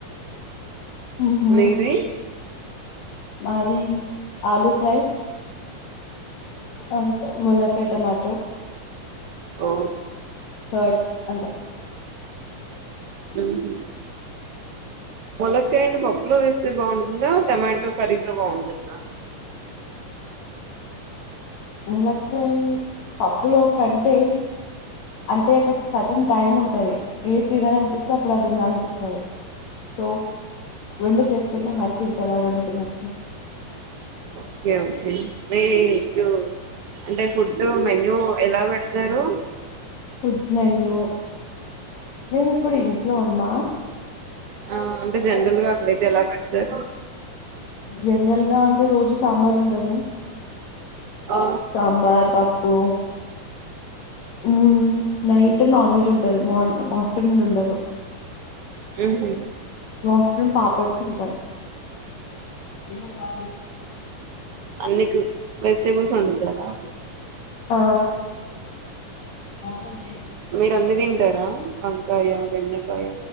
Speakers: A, on the left; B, on the right.
A: మ్మ్ హు
B: మీది
A: మాదీ ఆలూ ఫ్రై అ ఇంకా ములక్కయ్ టమాటో
B: ఓ
A: కర్డ్ అంతే
B: మ్ హు ములక్కాయ్ ని పప్పులో వేస్తే బాగుంటుందా టమాటో కర్రీతో బాగుంటుందా
A: ములక్కాయ్ పప్పులో కంటే అంటే ఒక సర్టైన టైమ్ ఉంటది ఏది తినాలనిపిస్తే అప్పుడు అది తినాలనిపిస్తది సో రెండు చేసుకుంటే మంచిది కదా రెండు తినొచ్చు
B: ఓకే ఓకే మీకు అంటే ఫుడ్ మెన్యూ ఎలా పెడుతారు
A: ఫుడ్ మెన్యూ నేనిప్పుడు ఇంట్లో ఉన్నా
B: ఆ అంటే జనరల్ గా అక్కడైతే ఎలా పెడతారు
A: జనరల్ గా అంటే రోజు సాంబార్ ఉంటది
B: ఆ,
A: సాంబార్ పప్పు మ్ నైట్ నాన్ వెజ్ ఉంటది మార్ ఆఫ్టేర్నూన్ ఉండదు
B: మ్హూ.
A: వాఫ్టర్నూన్ పాపడ్స్ ఉంటాయ్ <unintelligible>
B: అన్నిక్ వెజిటేబుల్స్ వండుతారా
A: ఆ మోడన్
B: మీరు అన్ని తింటారా వంకాయ బెండకాయ